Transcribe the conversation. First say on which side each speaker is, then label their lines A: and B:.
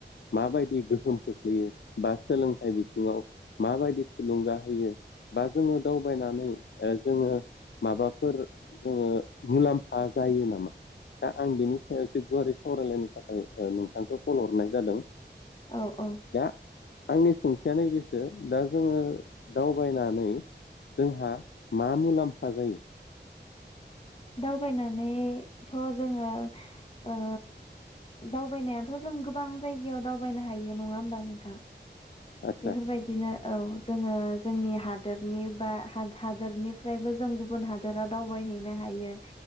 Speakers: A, on the left; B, on the left.
A: माबायदि गोहोम खोख्लैयो बा सोलोंथाइ बिथिङाव माबायदि थुलुंगा होयो बा जोङो दावबायनानै ओ जोङो माबाफोर जोङो मुलाम्फा जायो नामा दा आं बिनि सायाव एसे गुवारै सावरायलायनि थाखाय ओ नोंथांखौ कल हरनाय जादों
B: औ औ
A: दा आंनि सों सोंथिया नैबेसो दा जोङो दावबायनानै जोंहा मा मुलाम्फा जायो?
B: दावबायनानैथ' जोङो ओ दावबायनायाथ' जों गोबां जायगायाव दावबायनो हायो नङा होमबा नोंथां
A: आदसा
B: बेफोरबायदिनो औ जोङो जोंनि हादोरनि बा हादोरनिफ्रायबो जों गुबुन हादोरा दावबायहैनो हायो। <unintelligible>